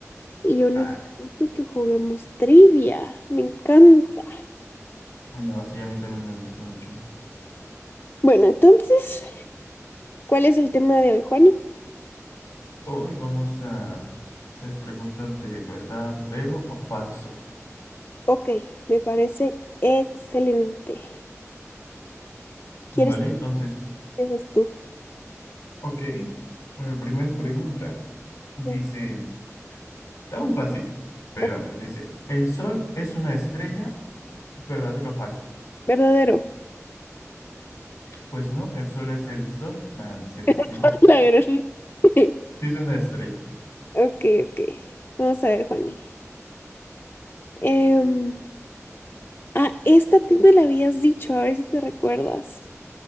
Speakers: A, on the left; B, on the left.
A: y yo necesito
B: ay,
A: que juguemos trivia. Me encanta.
B: no, sí, a mí también me gusta mucho.
A: Bueno, entonces, ¿cuál es el tema de hoy, Juani?
B: Hoy vamos a hacer preguntas de verdadero o falso.
A: Ok, me parece excelente. ¿Quieres
B: ¿Vale?
A: que
B: Entonces,
A: empieces tú?
B: ok. La primera pregunta dice,
A: Dale.
B: está muy fácil, pero
A: Ok,
B: a ver, dice, ¿el sol es una estrella? ¿Verdadero o falso?
A: Verdadero.
B: Pues no, el sol es el sol. Nada, no es cierto,
A: <laughs>
B: sí.
A: La gran- <laughs>
B: Sí es una estrella.
A: Ok, ok. Vamos a ver, Juani. Em, ah, esta tú me la habías dicho, a ver si te recuerdas,